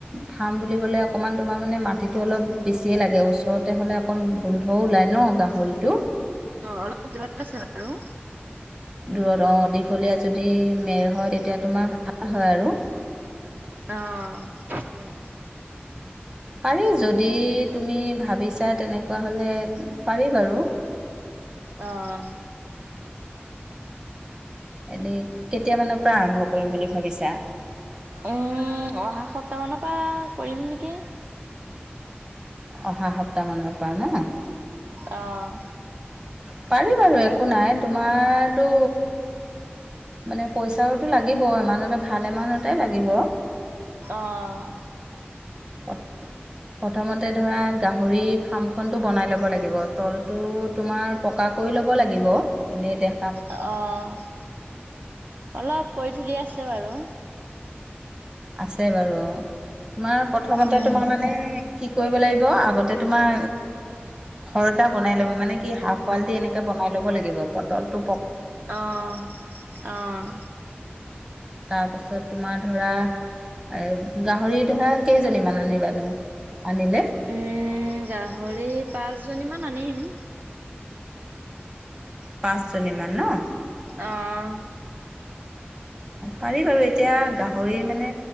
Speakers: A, on the right; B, on the right.
A: ফাৰ্ম বুলি ক'লে অকমান মানে মাটিটো অলপ বেছিয়ে লাগে ওচৰতে হ'লে অকন গোন্ধ ওলাই ন' গাহৰিটো
B: অহ, অলপ দূৰত আছে বাৰু।
A: দূৰত অহ দীঘলীয়া যদি মেৰ হয় তেতিয়া তোমাৰ ভাল হয় আৰু।
B: আহ, সেইটোৱে।
A: পাৰি যদি তুমি ভাবিছা তেনেকুৱা হ'লে পাৰি বাৰু
B: অহ
A: এনে কেতিয়ামানৰ পৰা আৰম্ভ কৰিম বুলি ভাবিছা?
B: উম, অহা সপ্তাহ মানৰ পৰা কৰিম নেকি?
A: অহা সপ্তাহমানৰ পৰা ন'?
B: অ'
A: পাৰি বাৰু একো নাই তোমাৰতো মানে পইচাওতো লাগিব এমাইউন্ট ভাল এমাউণ্টত এটাই লাগিব।
B: অহ
A: প্ৰথমতে ধৰা গাহৰি ফ্ৰাম খন টো বনাই ল'ব লাগিব তলটো তোমাৰ পকা কৰি ল'ব লাগিব এনেই দে
B: অহ, অলপ কৰি থৈ দিয়া আছে বাৰু
A: আছে বাৰু তোমাৰ প্ৰথমতে
B: উম,
A: তোমাৰ মানে কি কৰিব লাগিব আগতে তোমাৰ ঘৰ এটা বনাই লব মানে কি হাফ ওৱাল দি এনেকে বনাই ল'ব লাগিব পতলটো
B: অহ - অহ
A: তাৰপাছত তোমাৰ ধৰা এ গাহৰি ধৰা কেইজনীমান আনিবানো আনিলে?
B: উম, গাহৰি পাঁচ জনী মান আনিম।
A: পাঁচজনী মান ন'।
B: অহ
A: পাৰি বাৰু এতিয়া গাহৰি মানে